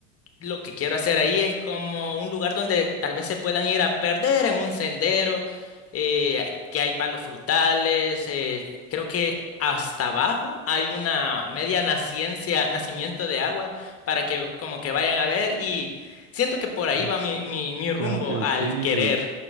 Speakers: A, on the left (about 35°); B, on the right (about 40°).
A: lo que quiero hacer ahí es como un lugar donde tal vez se puedan ir a perder en un sendero, eh, que hay palos frutales, eh, creo que hasta abajo hay una media naciencia, nacimiento de agua para que como que vayan a ver y siento que por ahí
B: que-
A: va mi, mi, mi
B: claro
A: rumbo
B: que
A: al
B: sí.
A: querer.